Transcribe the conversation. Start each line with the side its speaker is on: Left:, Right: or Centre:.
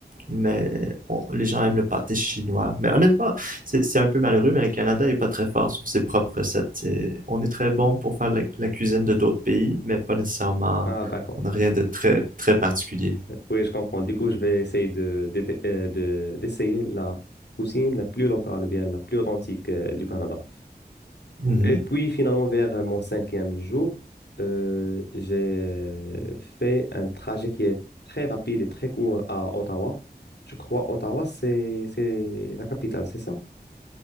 Right: Mais on- les gens aiment le pâté chinois. Mais honnêtement, c'est c'est un peu malheureux, mais le Canada est pas très fort sur ses propres recettes. C'est- on est très bon pour faire la, la cuisine de d'autres pays, mais pas nécessairement.
Left: Ah, d'accord.
Right: On n'a rien de très très particulier.
Left: Oui, je comprends. Du coup, je vais essayer de, d'éte- euh, de- d'essayer la poutine la plus locale, ou bien la plus authentique euh, du Canada.
Right: Mhm.
Left: Et puis, finalement, vers euh, mon cinquième jour, euh, j'ai euh, fait un trajet qui est très rapide et très court à Ottawa. Je crois Ottawa, c'est, c'est la capitale, c'est ça?